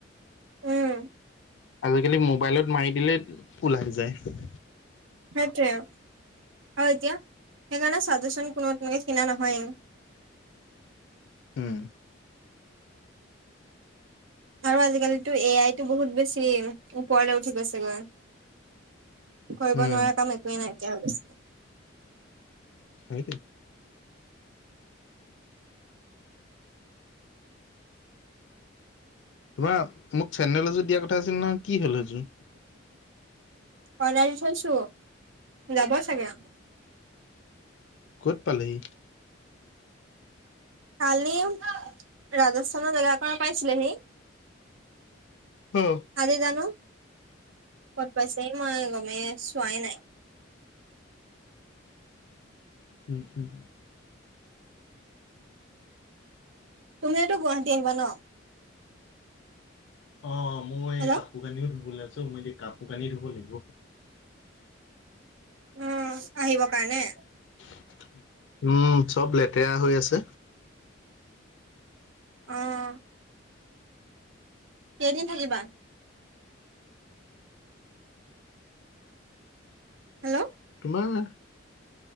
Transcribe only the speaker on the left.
আজিকালি মোবাইলত মাৰি দিলে ওলাই যায়।
উম।
উম
<unintelligible> তোমাৰ মোক চেণ্ডেল এযোৰ দিয়া কথা আছিল নহয় কি হ'ল সেইযোৰ।
ক'ত পালেহি।
অ'
উম
অ' মই
আহো কানিও ধুবলে আছে মই কাপোৰ কানি ধুব লাগিব।
<unintelligible> উম চব লেতেৰা হৈ আছে।
তোমাৰ